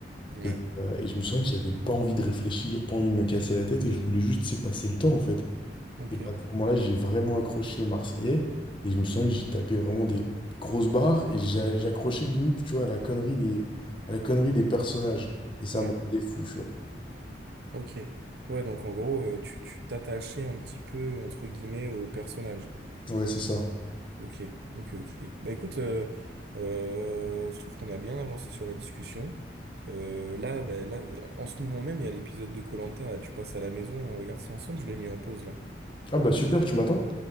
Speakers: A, on the right; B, on the left.
A: ouais,
B: Et, euh, et je me sens que j'avais pas envie de réfléchir, pas envie de me casser la tête, et je voulais juste laisser passer le temps, en fait.
A: ok,
B: Et bah, à ce moment-là, j'ai vraiment accroché aux Marseillais, et je me sens que j'ai tapé vraiment des, des grosses barres, et j'a- j'accrochais limite, tu vois, à la connerie des, à la connerie des personnages. Et ça
A: ouais,
B: me rendait fou, tu vois.
A: ok. Ouais, donc en gros, euh, tu, tu t'attachais un petit peu, entre guillemets, au personnage.
B: Ouais, c'est ça.
A: Ok, ok, ok. Bah écoute, euh, euh, je trouve qu'on a bien avancé sur la discussion. Euh, là, bah, là, en ce moment même, il y a l'épisode de koh là, tu passes à la maison, on regarde ça ensemble, je l'ai mis en pause là.
B: Ah bah super, tu m'attends?